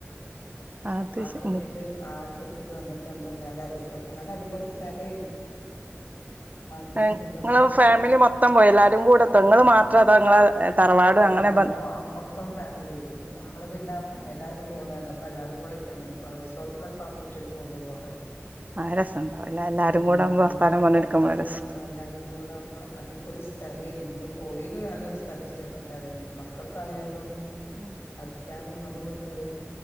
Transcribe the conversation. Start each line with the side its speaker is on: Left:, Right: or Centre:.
Right: അത്
Left: ആ
Right: ശ
Left: ട്രക്കില്
Right: മു
Left: ആ ട്രക്ക് ത് വന്നിട്ട് നമ്മളെ എല്ലാരും റിസോർട്ട് നല്ല അടിപൊളി സ്ഥരമായിരുന്നു മഞ്ഞും
Right: ഏഹ്
Left: ഇതൊക്കെ
Right: ഇങ്ങള്
Left: ആായിട്ട്
Right: ഫാമിലി മൊത്തം പോയി എല്ലാരും കൂടെ എത്തോ
Left: ഉ
Right: ഇങ്ങള് മാത്രം അതോ ഇങ്ങളെ തറവാട്
Left: അല്ലല്ല
Right: അങ്ങനെ
Left: നമ്മള
Right: ബ
Left: മൊത്തം ഫാമിലി ആയിട്ട് പോയി നമ്മള് പിന്നെ എന്താലും പോന്നല്ല അൊ എല്ലാരും കൂ റ്റ അ ക റിസോർട്ടിലക്കെ ആവ്പറ്റേക്ക് പോക്പോ പോറല്ലോ
Right: അത് രസണ്ടാവുംല്ലേ എല്ലാരും
Left: ഉ
Right: കൂടെ ആവുമ്പോ വർത്താനം
Left: അപ്പ എല്ലാരും
Right: പറഞ്ഞിരിക്കുമ്പോ
Left: കൂടെ
Right: രസം
Left: ആ എല്ലാരും കൂടെ ആകുമ്പോ അടിപൊളി ല്ലേ നമുക്ക് പോയിൽ നല്ലൊരു സ്ഥലം ഇഷ്ടപ്പെട്ടാതന്നെ മക്കൾക്കായാലും
Right: ഉം
Left: കഠിക്കാനും അതൊണ്ട്